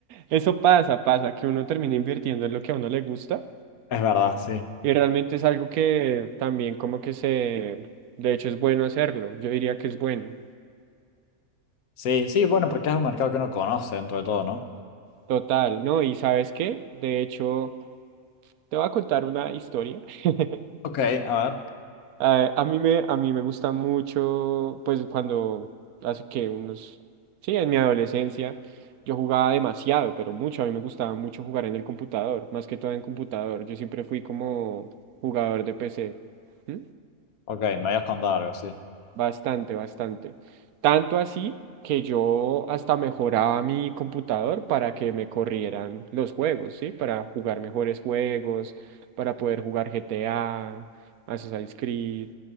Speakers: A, on the right (about 85°); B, on the left (about 80°).
A: Eso pasa, pasa, que uno termina invirtiendo en lo que a uno le gusta
B: es verdad, sí.
A: y realmente es algo que también como que se, de hecho es bueno hacerlo, yo diría que es bueno,
B: Sí, sí, bueno, porque es un mercado que uno conoce dentro de todo, ¿no?
A: total, ¿no? Y ¿sabes qué? De hecho, te voy a contar una historia. <laughs>
B: Ok, a ver.
A: A, a mí me, a mí me gusta mucho, pues cuando hace que unos, sí, en mi adolescencia yo jugaba demasiado, pero mucho, a mí me gustaba mucho jugar en el computador, más que todo en computador, yo siempre fui como jugador de PC. ¿Mm?
B: Ok, me habías contado algo, sí.
A: Bastante, bastante. Tanto así que yo hasta mejoraba mi computador para que me corrieran los juegos, ¿sí? Para jugar mejores juegos, para poder jugar GTA, Assassin's Creed,